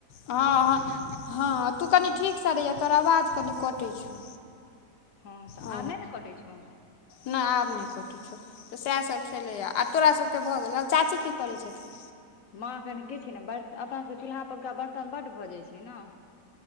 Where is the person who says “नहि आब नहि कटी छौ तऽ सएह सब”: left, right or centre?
Left